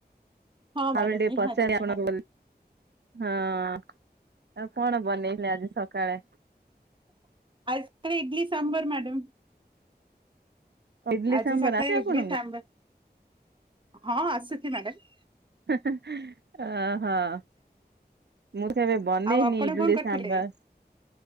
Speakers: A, on the right; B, on the right.
A: ହଁ
B: ଭାବିଲି
A: ମ୍ୟାଡାମ
B: ଟିକେ
A: ନିହାତି
B: ପଚାରେ ଆପଣଙ୍କୁ
A: ନିହାତି
B: ହଁ ଆଉ କଣ ବନେଇଲେ ଆଜି ସକାଳେ?
A: ଆଇ ସ୍କ୍ରି ଇଟିଲି ସାମ୍ବର୍ ମ୍ୟାଡାମ୍।
B: ଇଡଲି
A: ଆଜି
B: ସାମ୍ବର
A: ସକାଳେ
B: ଆସେ
A: ଇଡଲି
B: ଆପଣଙ୍କୁ?
A: ସାମ୍ଵ ହଁ ଆସିଛି ମ୍ୟାଡାମ୍
B: <unintelligible> ଅ ହ। ମୁଁ ତ କେବେ ବନେଇନି
A: ଆଉ ଆପଣ
B: ଇଡ୍ଲି
A: କଣ କରିଥିଲେ?
B: ସାମ୍ବର